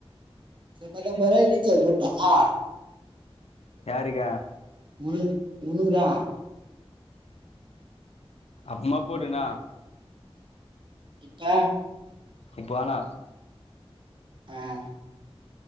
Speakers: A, on the right (about 50°); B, on the left (about 80°).
A: நேத் பத்தொம்பரூவாய்க்கு ரீசார்ஜ் போட்டா
B: யாருக்கு
A: உனுக் உனுக்கு தா
B: அப்றமா போடுன்னா
A: இப்ப
B: இப்போ வேணா
A: அ